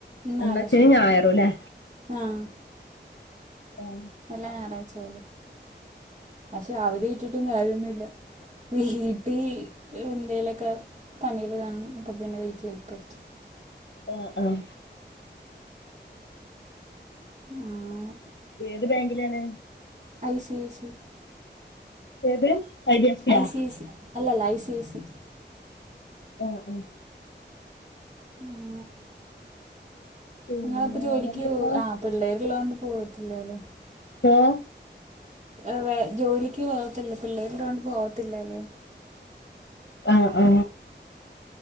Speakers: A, on the right; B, on the left.
A: ന്നാലാശനി
B: എന്താ ശനിം ഞായറുംല്ലേ?
A: ആഹ്.
B: ആഹ്.
A: എല്ലാ ഞായറാഴ്ചി ഒഴിവാ. പക്ഷെ അവധി കട്ടിട്ടും കാര്യൊന്നുല്ല, വീട്ടീ എന്തെല- ക്കെ പണ്യള് കാണും അപ്പ പിന്നെ വീട്ടിലേ പഠിക്ക.
B: ആഹ് ആഹ്.
A: ആ ങ്ങനെ.
B: ഏത് ബാങ്കിലാണ്?
A: ഐ സി ഐ സി
B: ഏത് ഡി എഫ് സിയാ
A: ഐ സി സി അല്ല അല്ല ഐ സി സി.
B: മ് മ്
A: ആഹ്
B: പിന്നെ
A: നിങ്ങളപ്പോ ജോലിക്ക്
B: വേറെന്തൊക്കാ
A: പോ ആ പിള്ളേർള്ളതോണ്ട് പോവത്തില്ലേ അല്ലേ?
B: ഓ
A: ആ വേ ജോലിക്ക് പോവാത്തില്ല പിള്ളേരിൊണ്ട് പോവാത്തില്ല അല്ലേ?
B: ആഹ ആ